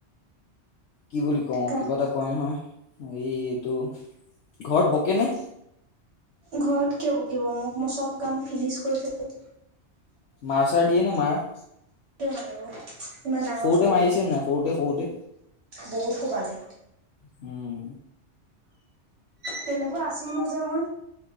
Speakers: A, on the left (about 80°); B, on the right (about 65°).
A: কি বুলি কওঁ
B: কা
A: কিবা এটা কয় নহয় এই এইটো ঘৰত বকেনে
B: ঘৰত কিয় বকিব মোক মই চব কাম ফিনিছ কৰিছিলো
A: মাৰ চাৰ দিয়ে নে মাৰ
B: মাৰিব ইমান ডাঙৰ
A: সৰুতে
B: ছোৱালীজনী
A: মাৰিছে নে নাই সৰুতে সৰুতে
B: বহুত কোবালে
A: হম
B: তেনেকুৱা আছিলে যে মই